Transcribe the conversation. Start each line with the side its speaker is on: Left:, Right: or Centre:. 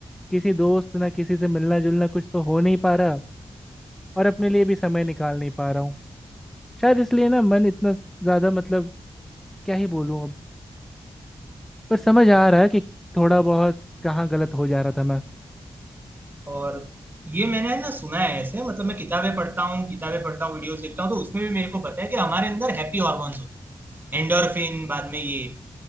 Centre: किसी दोस्त ना किसी से मिलना जुलना कुछ तो हो नहीं पा रहा और अपने लिए भी समय निकाल नहीं पा रहा हूँ शायद इसलिए ना मन इतना ज्यादा मतलब क्या ही बोलूँ अब पर समझ आ रहा है कि थोड़ा बहुत कहाँ गलत हो जा रहा था मैं
Right: और ये मैंने ना सुना है ऐसे मतलब मैं किताबें पढ़ता हूँ किताबें पढ़ता हूँ वीडियोस देखता हूँ तो उसमें भी मेरे को पता है कि हमारे अंदर हैप्पी हॉर्मोन्स होते हैं एंडोर्फिन बाद में ये